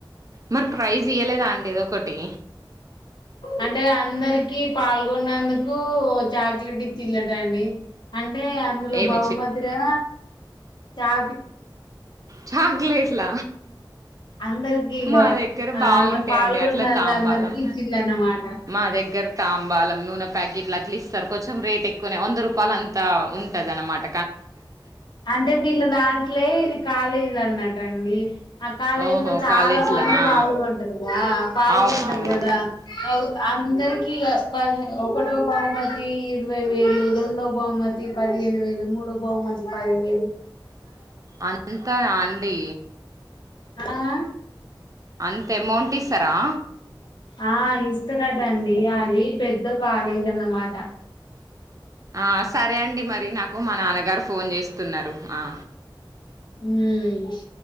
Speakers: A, on the right; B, on the left.
A: మరి ప ట్రై చేయలేదా అండి ఏదో ఒకటి
B: అంటే అందరికి పాల్గొన్నందుకు చాక్లెట్ ఇచ్చిలట అండి అంటే అంటే అందులో
A: ఏమి
B: బహుమతిగా చా
A: చాక్లెట్ల
B: అందరికి ఇగ
A: మా దగ్గర
B: అలా
A: బాగుంటాయిండి
B: పాల్గొన్నోళ్ళందరికి
A: అట్లా తాంబాలం
B: ఇచ్చిల్లన్నమాట
A: మా దగ్గర తాంబాలం నూనె పకెట్లా అట్లీ సకో రేట్ ఎక్కువ వంద రూపాయలుంతా ఉ కాదనమాట
B: అంటే వీలు నా అట్లే ఇది కాలేజీ అన్నటండి ఆ కాలేజీ
A: ఓహో
B: లో చాలా
A: కాలేజీలనా
B: మంది పాల్గొంటారుగాద పాల్గొంటారు
A: అవునవును
B: కదా అందరికి ఒకటో బ ఇరవై వేలు రెండో బహుమతి పదిహేను వేలు మూడో బహుమతి బహుమతి పెయిల్మిన్
A: అంతాత ఆన్డి
B: ఆహ
A: అంత అమౌంట్ ఇస్తారా
B: ఆ ఇస్తారదండి ఆది పెద్ద పాలైదన్నమాట
A: ఆ సరే అండి మరి నాకు మా నాన్నగారు ఫోన్ చేస్తున్నారు ఆ
B: ఉమ్